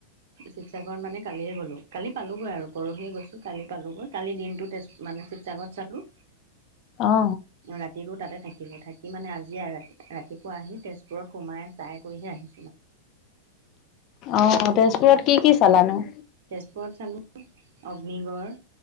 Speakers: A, on the right; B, on the left.
A: শিৱসাগৰত মানে কালিয়ে গলো কালি পালোঁগৈ আৰু পৰহিয়ে গৈছোঁ কালি পালোঁগৈ কালি দিনটো তেজ মানে শিৱসাগৰত চালোঁ
B: অ
A: ৰাতিতো তাতে থাকিলে থাক সিমানে আজি ৰাতি ৰাতিপুৱা আহি তেজপুৰত সোমাই আ চাই কৰিহে আহিম
B: অ তেজপুৰত কি কি চলানো
A: তেজপুৰত চালোঁ অগ্নিগড়,